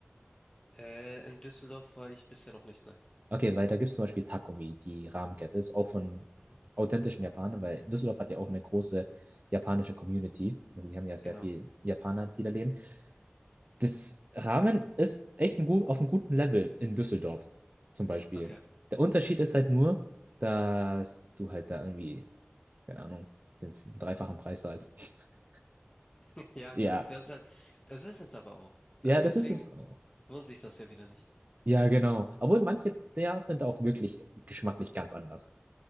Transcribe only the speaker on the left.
Äh, in Düsseldorf war ich bisher noch nicht, nein.
Mhm.
Genau.
Okay.
<laughs> Ja,
genau. Das ist halt, das ist es aber auch.
Und
deswegen
lohnt sich das ja wieder nicht.